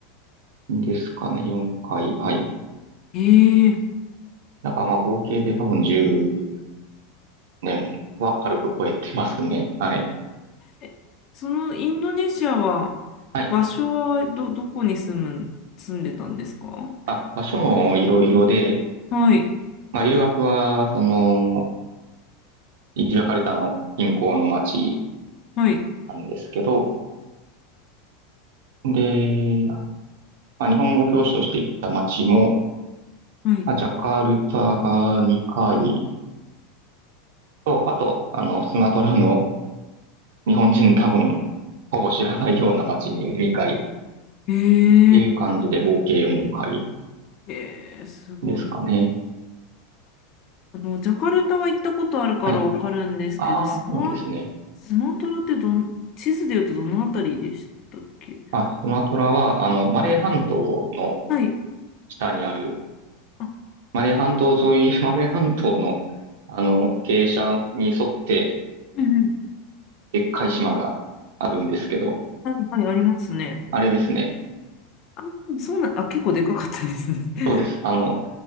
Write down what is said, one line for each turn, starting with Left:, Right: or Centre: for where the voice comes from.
Right: ですかね、4回。はい。
Left: え
Right: だからまあ合計で多分10年は軽く超えてますね。はい。
Left: ええそのインドネシアは、
Right: はい。
Left: 場所はど、どこに住む、住んでたんですか
Right: あ、場所もいろいろで、
Left: はい、
Right: まあ留学は、その、ジャカルタの銀行の町
Left: はい、
Right: なんですけど、で、まあ、日本語教師として行った町も、
Left: はい。
Right: まあ、ジャカルタが2回と、あと、あの、スマトラの日本人多分、ほぼ知らないような町に2回っ
Left: えー、
Right: ていう感じで合計4回
Left: ええすごい。
Right: ですかね。
Left: あの、ジャカルタは行ったことあるからわかるんですけど、
Right: はいああ、
Left: スマ、
Right: そうなんですね。
Left: スマトラってどん、地図で言うとどのあたりでしたっけ
Right: あ、スマトラは、あの、マレー半島の
Left: えはい。
Right: 下にある、
Left: あ、
Right: マレー半島沿い、<laughs> マレー半島の、あの、傾斜に沿って、
Left: うんうん。
Right: でっかい島があるんですけど、
Left: はいはい、ありますね。
Right: あれですね。
Left: あ、そうな、あ、結構でかかったですね。<laughs>
Right: そうです。あの、